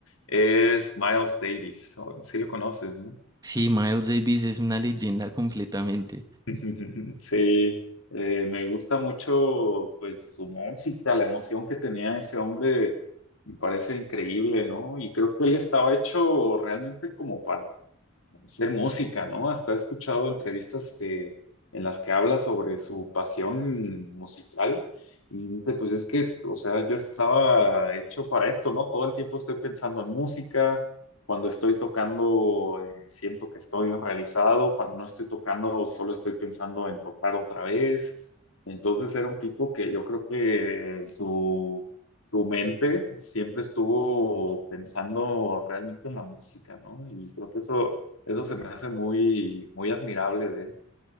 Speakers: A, on the left; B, on the right.
A: es Miles Davis, o- sí lo conoces, no?
B: Sí, Miles Davis es una leyenda completamente.
A: <laughs> Sí, eh, me gusta mucho pues su música, la emoción que tenía ese hombre, me parece increíble, ¿no? Y creo que él estaba hecho realmente como para ser música, ¿no? Hasta he escuchado entrevistas que, en las que habla sobre su pasión musical y dice, pues es que, o sea, yo estaba hecho para esto, ¿no? Todo el tiempo estoy pensando en música, cuando estoy tocando eh, siento que estoy realizado, cuando no estoy tocando solo estoy pensando en tocar otra vez. Entonces era un tipo que yo creo que su, su mente siempre estuvo pensando realmente en la música, ¿no? Y creo que eso eso se me hace muy, muy admirable de él.